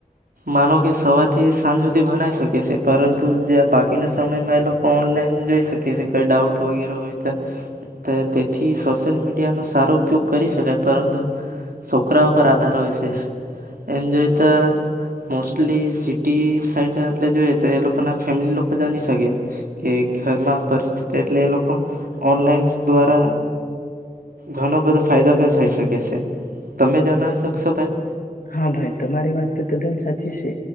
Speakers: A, on the right; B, on the left.
A: માનો કે સવારથી સાંજ સુધ ભનાઈ શકે છે પરંતુ જે બાકીના સમયમાં એ લોક ઓનલાઈન જોઈ શકીએ છે કોઈ ડાઉટ વગેરે હોય તો તેથી સોશિયલ મીડિયાનો સારો ઉપયોગ કરી શકાય. પરંતુ છોકરા પર આધાર હોય શે. એમ જોઈ તો મોસ્ટલી સિટી સાઈડમાં આપણે જોઈએ તો એ લોકો ના ફેમિલી લોકો જાણી શકે કે ઘરમાં પરિસ્થિતિ એટલે એ લોકો ઓનલાઈન દ્વારા ઘણો બધો ફાયદો પણ થઈ શકે શે. તમે જણાવી શકશો ભાઈ?
B: હા ભાઈ તમારી વાત તદ્દન સાચી શે.